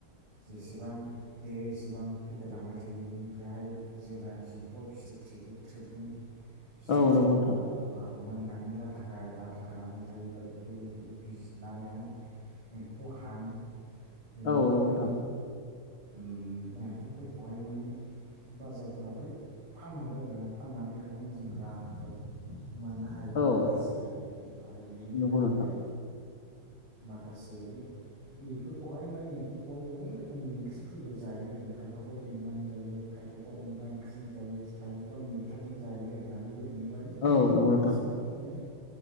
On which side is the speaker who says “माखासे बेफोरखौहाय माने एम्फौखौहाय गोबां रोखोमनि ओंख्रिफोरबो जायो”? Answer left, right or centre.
Right